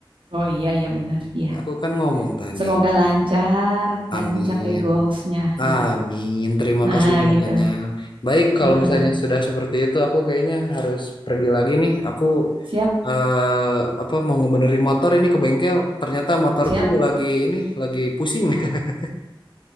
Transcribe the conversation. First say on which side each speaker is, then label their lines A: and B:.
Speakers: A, on the right; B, on the left.
A: Oh iya iya benar, iya.
B: Aku kan ngomong tadi,
A: Semoga lancar dan
B: amin,
A: mencapai goalsnya
B: amin,
A: gitu.
B: terima
A: Nah
B: kasih banyak.
A: gitu,
B: Baik, kalau
A: heeh.
B: misalnya sudah seperti itu, aku kayaknya harus pergi lagi nih. Aku
A: Siap
B: eh, apa mau ngebenerin motor ini ke bengkel. Ternyata motorku
A: siap.
B: lagi ini lagi pusing. <laughs>